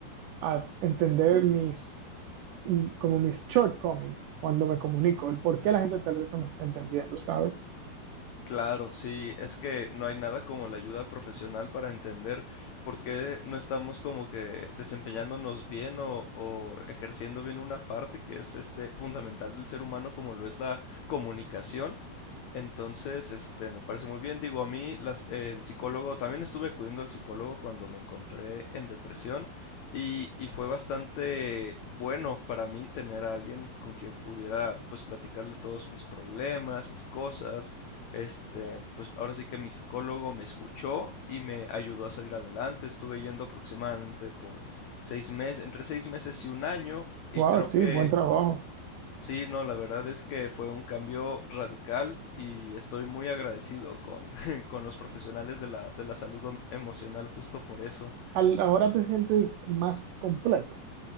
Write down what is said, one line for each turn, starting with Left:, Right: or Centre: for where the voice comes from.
Right: a entender mis, mm, como mis shortcomings cuando me comunico, el por qué la gente tal vez no me está entendiendo, ¿sabes?
Left: Claro, sí, es que no hay nada como la ayuda profesional para entender por qué no estamos como que desempeñándonos bien o, o ejerciendo bien una parte que es este fundamental del ser humano como lo es la comunicación. Entonces, este, me parece muy bien. Digo, a mí las- el psicólogo, también estuve acudiendo al psicólogo cuando me encontré en depresión y, y fue bastante bueno para mí tener a alguien con quien pudiera pues platicarle todos mis problemas, mis cosas este, pues ahora sí que mi psicólogo me escuchó y me ayudó a salir adelante. Estuve yendo aproximadamente por seis meses, entre seis meses y un año, y
Right: Wow,
Left: creo
Right: sí,
Left: que
Right: buen trabajo.
Left: sí, no, la verdad es que fue un cambio radical y estoy muy agradecido con, <laughs> con los profesionales de la, de la salud em- emocional justo por eso.
Right: Al- ahora te sientes más completo.